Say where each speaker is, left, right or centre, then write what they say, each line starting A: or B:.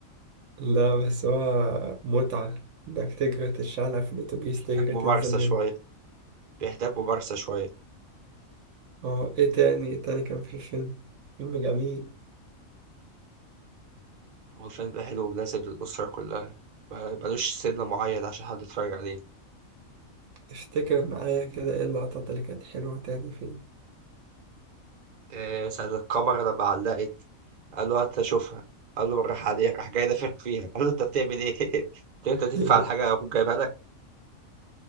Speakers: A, on the right; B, on the right.
A: لا بس هو متعة انك تجري تتشعلق في الأتوبيس
B: محتاج
A: تجري
B: ممارسة
A: تنزل منه
B: شوية بيحتاج ممارسة شوية
A: اه ايه تاني تاني كان في الفيلم فيلم جميل
B: هو الفيلم ده حلو ومناسب للأسرة كلها ما- ملوش سن معين عشان حد يتفرج عليه
A: افتكر معايا كده ايه اللقطات اللي كانت حلوة تاني فيه
B: إيه ساعة الكاميرا لما علقت قال له هات أشوفها قال له بالراحة عليها راح جاي نافخ فيها قال له أنت بتعمل إيه؟ <laughs> قلت له أنت
A: <laughs>
B: تدفع على حاجة أبوك جايبها لك